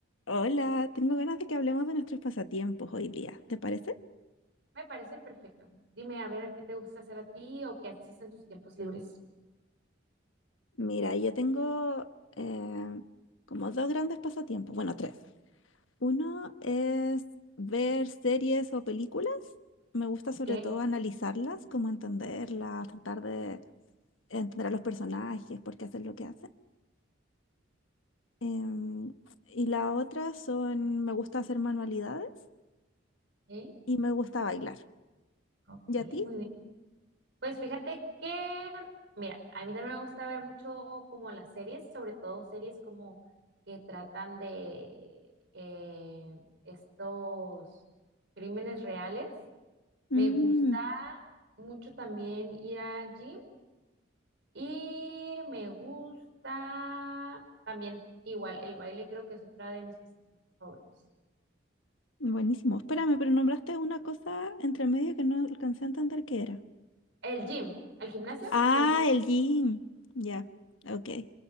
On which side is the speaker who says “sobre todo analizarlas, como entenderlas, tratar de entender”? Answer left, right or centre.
Left